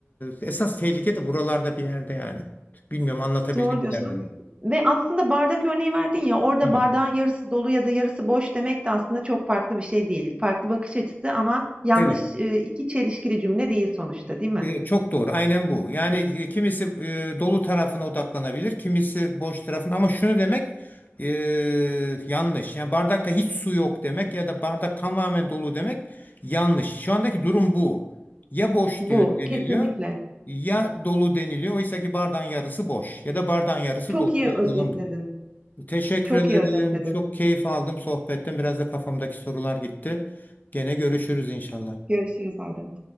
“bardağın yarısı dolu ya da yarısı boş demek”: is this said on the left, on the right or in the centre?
Right